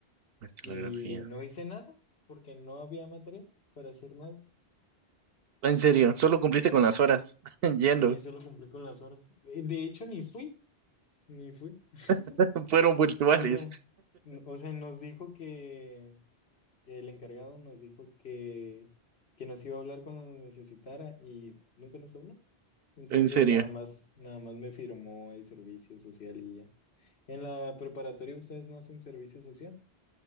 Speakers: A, on the right; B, on the left.
A: Estilografía.
B: y no hice nada porque no había material para hacer nada.
A: En serio, solo cumpliste con las horas <laughs> yendo.
B: Sí, solo cumplí con las horas. Eh, De hecho, ni fui, ni fui. <laughs>
A: <laughs> Fueron virtuales.
B: O sea, n- o sea, nos dijo que el encargado nos dijo que, que nos iba a hablar cuando nos necesitara y nunca nos habló. Entonces,
A: En serio.
B: nada más, nada más me firmó el servicio social y ya. En la preparatoria ustedes no hacen servicio social.